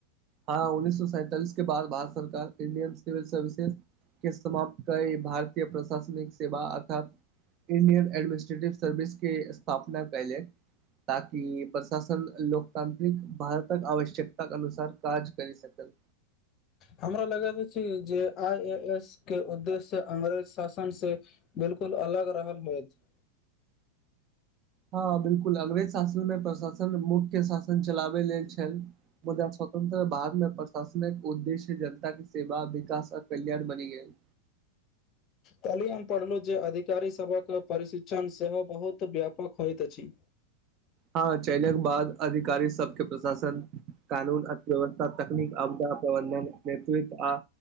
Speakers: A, on the right; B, on the left.
A: हँ उन्नीस सौ सैंतालिस के बाद भारत सरकार इंडियन सिविल सर्विसेस के समाप्त कई भारतीय प्रशासनिक सेवा अर्थात इंडियन एडमनिस्ट्रेटिव सर्विस के स्थापना कैले ताकि प्रशासन लोकतांत्रिक भारतक आवश्यकता के अनुसार काज करै सकल
B: हमरा लगैत छै जे आई ए एस के उद्देश्य से अंग्रेज शासन से बिल्कुल अलग रहल होएत
A: हँ बिल्कुल अंग्रेज शासनमे प्रशासन मुख्य शासन चलाबै लेल छल मुदा स्वतंत्र भारत मे प्रशासनिक उद्देश्य जनता के सेवा विकास आ कल्याण बनी गेल
B: कल्हि हम पढ़लहुँ जे अधिकारीसभक प्रशिक्षण सेहो बहुत व्यापक होयत अछि
A: हँ चलने के बाद अधिकारी सबके प्रशासन कानून अर्थव्यवस्था तकनीक आपदा प्रबंधन नेतृत्व आ